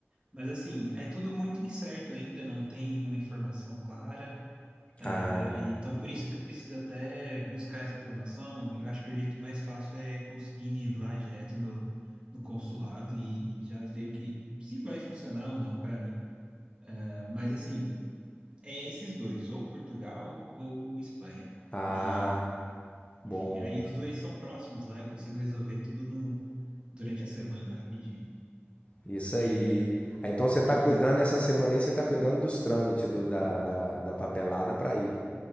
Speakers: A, on the right (about 20°); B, on the left (about 25°).
A: Mas, assim, é tudo muito incerto ainda, não tem uma informação clara.
B: Ah,
A: É, então, por isso que eu preciso até buscar essa informação. E eu acho que o jeito mais fácil é conseguir ir lá direto no, no consulado e, e já ver o que se vai funcionar ou não para mim. É, mas, assim, é esses dois, ou Portugal ou Espanha.
B: ah,
A: E
B: bom.
A: enfim, aí os dois são próximos lá, eu consigo resolver tudo no, durante a semana, rapidinho.
B: Isso aí.
A: E,
B: Ah, Então você tá
A: e você?
B: cuidando essa semana aí, você tá cuidando dos trâmites do, da, da, da papelada pra ir.